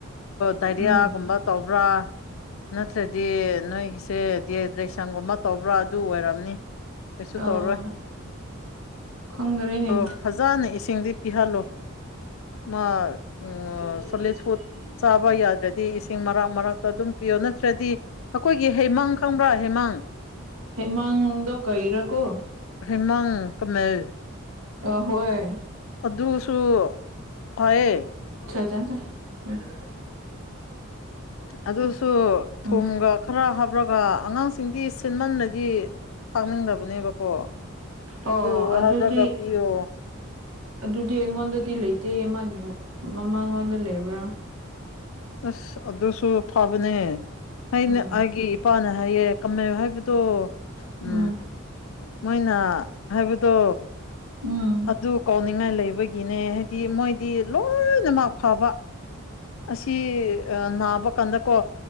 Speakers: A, on the left (about 70°); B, on the right (about 90°).
A: ꯗꯥꯏꯔꯤꯌꯥꯒꯨꯝꯕ
B: ꯎꯝ
A: ꯇꯧꯕ꯭ꯔꯥ ꯅꯠꯇ꯭ꯔꯗꯤ ꯅꯣꯏꯒꯤꯁꯦ ꯗꯤ ꯁꯪꯒꯨꯝꯕ ꯇꯧꯕ꯭ꯔꯥ ꯑꯗꯨ ꯑꯣꯏꯔꯝꯅꯤ ꯀꯩꯁꯨ
B: ꯑꯣ
A: ꯇꯧꯔꯣꯏ
B: ꯈꯪꯗꯔꯦꯅꯦ
A: ꯑꯗꯣ ꯐꯖꯅ ꯏꯁꯤꯡꯗꯤ ꯄꯤꯍꯜꯂꯨ ꯃꯥ
B: <unintelligible>
A: ꯎꯝ ꯁꯣꯂꯤꯠ ꯐꯨꯗ ꯆꯥꯕ ꯌꯥꯗ꯭ꯔꯗꯤ ꯏꯁꯤꯡ ꯃꯔꯛ ꯃꯔꯥꯛꯇ ꯑꯗꯨꯝ ꯄꯤꯌꯣ ꯅꯠꯇ꯭ꯔꯗꯤ ꯑꯩꯈꯣꯏꯒꯤ ꯍꯩꯃꯥꯡ ꯈꯪꯕ꯭ꯔꯥ ꯍꯩꯃꯥꯡ
B: ꯍꯦꯃꯥꯡꯗꯣ ꯀꯩꯔꯀꯣ
A: ꯍꯦꯃꯪ ꯀꯃꯦꯜ
B: ꯑꯍꯣꯏ
A: ꯑꯗꯨꯁꯨ ꯐꯩꯌꯦ
B: ꯁꯖꯜꯁꯦ <unintelligible>
A: ꯑꯗꯨꯁꯨ ꯊꯨꯝꯒ
B: ꯎꯝ
A: ꯈꯔ ꯍꯥꯞꯔꯒ ꯑꯉꯥꯡꯁꯤꯡꯗꯤ ꯁꯤꯦꯟꯃꯟꯅꯗꯤ ꯊꯛꯅꯤꯡꯗꯕꯅꯦꯕꯀꯣ
B: ꯑꯣ
A: ꯑꯗꯨ
B: ꯑꯗꯨꯗꯤ
A: ꯍꯥꯏꯔꯒ ꯄꯤꯌꯣ
B: ꯑꯗꯨꯗꯤ ꯑꯩꯉꯣꯟꯗꯗꯤ ꯂꯩꯇꯦ ꯃꯥꯃꯒꯤ ꯃꯃꯥꯡꯉꯣꯟꯗ ꯂꯩꯕ꯭ꯔꯥ
A: ꯑꯁ ꯑꯗꯨꯁꯨ ꯐꯕꯅꯦ ꯑꯩꯅ
B: ꯎꯝ
A: ꯑꯩꯒꯤ ꯅꯨꯄꯥꯅ ꯍꯥꯏꯌꯦ ꯀꯝꯃꯌ ꯍꯥꯏꯕꯗꯣ
B: ꯎꯝ
A: ꯎ ꯃꯣꯏꯅ ꯍꯥꯏꯕꯗꯣ
B: ꯎꯝ
A: ꯑꯗꯨ ꯀꯥꯎꯅꯤꯡꯉꯥꯏ ꯂꯩꯕꯒꯤꯅꯦ ꯗꯤ ꯃꯣꯏꯗꯤ ꯂꯣꯏꯅꯃꯛ ꯐꯕ ꯇꯤ ꯅꯥꯕ ꯀꯥꯟꯗ ꯀꯣ